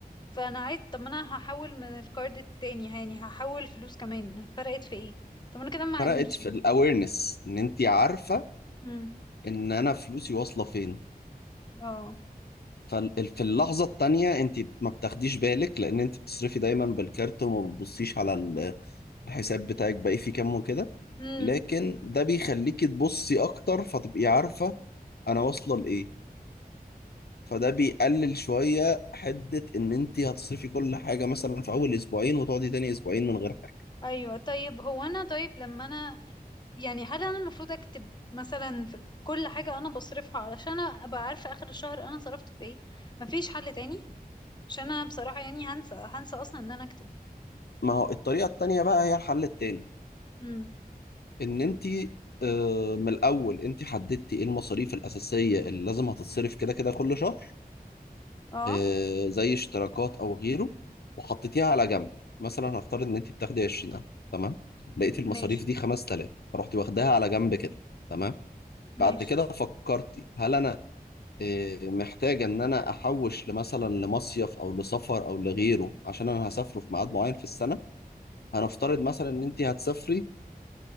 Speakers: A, on the left; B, on the left.
A: فأنا عايز طب ما أنا هحول من القرض التاني يعني هحول فلوس كمان فرقت في إيه؟ طب أنا كده مع
B: فرقت
A: مش
B: في الاويرنس ان انت عارفة
A: مم.
B: ان انا فلوسي واصلة فين
A: اه
B: ففي اللحظة التانية انت ما بتاخديش بالك لان انت بتصرفي دايما بالكارت وما بتبصيش على ال- الحساب بتاعك باقي فيه كام وكده
A: امم
B: لكن ده بيخليكي تبصي اكتر فتبقي عارفة انا واصلة لايه فده بيقلل شوية حدة ان انت هتصرفي كل حاجة مثلا في اول اسبوعين وتقعدي تاني اسبوعين من غير حاجة
A: ايوه طيب هو انا طيب لما انا يعني هل انا المفروض اكتب مثلا في كل حاجه انا بصرفها علشان ابقى عارفه اخر الشهر انا صرفت في ايه مفيش حل تاني عشان انا بصراحه يعني هنسى هنسى اصلا ان انا اكتب
B: ما هو الطريقة التانية بقى هي الحل التاني
A: امم
B: ان انت آه، من الاول انت حددتي ايه المصاريف الاساسية اللي لازم هتتصرف كده كده كل شهر
A: اه
B: آه، زي اشتراكات او غيره وحطيتيها على جنب مثلا هنفترض ان انت بتاخدي 20000 تمام لقيتي المصاريف
A: ماشي
B: دي 5000 فرحتي واخداها على جنب كده تمام
A: ماشي
B: بعد كده فكرت هل انا آه، محتاج ان انا احوش لمثلا لمصيف او لسفر او لغيره عشان انا هسافره في ميعاد معين في السنه هنفترض مثلا ان انت هتسافري